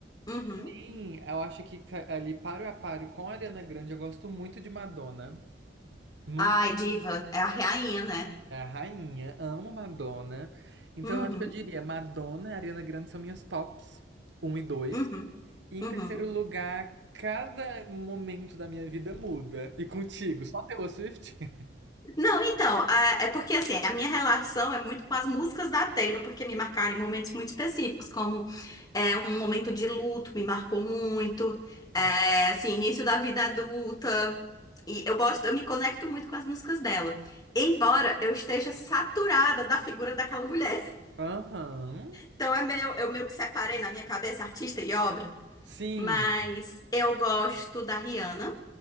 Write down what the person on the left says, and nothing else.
uhum.
Ai, diva, é a rainha, né?
Uhum,
uhum,
uhum.
Não, então, a- é porque assim, a minha relação é muito com as músicas da Taylor, porque me marcaram em momentos muito específicos, como é, um momento de luto, me marcou muito, é,
assim, início da vida adulta, e eu gosto, eu me conecto muito com as músicas dela, embora eu esteja saturada da figura daquela mulher. <laughs>
Então é meio, eu meio que separei na minha cabeça artista e obra,
mas eu gosto da Rihanna.